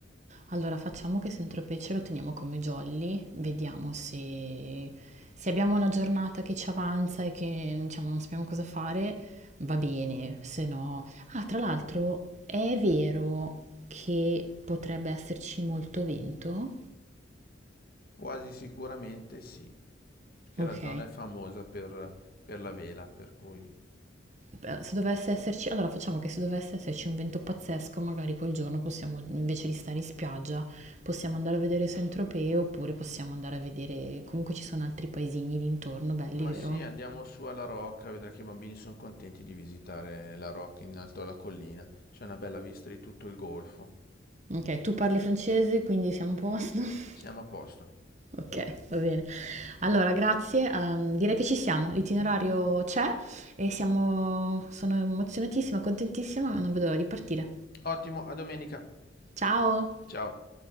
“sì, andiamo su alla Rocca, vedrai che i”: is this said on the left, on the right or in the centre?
Left